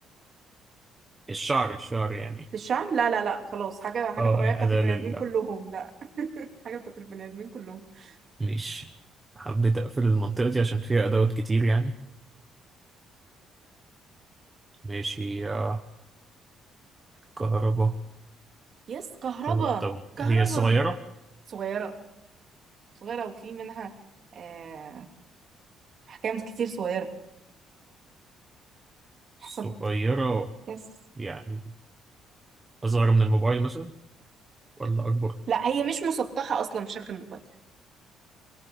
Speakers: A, on the right; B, on the right.
A: الشعر الشعر يعني
B: للشعر لا لا لا خلاص حاجة حاجة
A: اه
B: طبيعية
A: يعني
B: بتاعت
A: أداة
B: البني
A: لل
B: ادمين كلهم لا <laughs> حاجة بتاعت البني ادمين كلهم <laughs>
A: ماشي حبيت أقفل المنطقة دي عشان فيها أدوات كتير يعني ماشي آه كهرباء
B: يس كهرباء
A: كهرباء طب
B: كهرباء
A: هي صغيرة
B: صغيرة صغيرة وفي منها آه... أحكام كتير صغيرة
A: صغيرة
B: حسب يس
A: يعني أصغر من الموبايل مثلا ولا أكبر
B: لا هي مش مسطحة أصلا في شكل الموبايل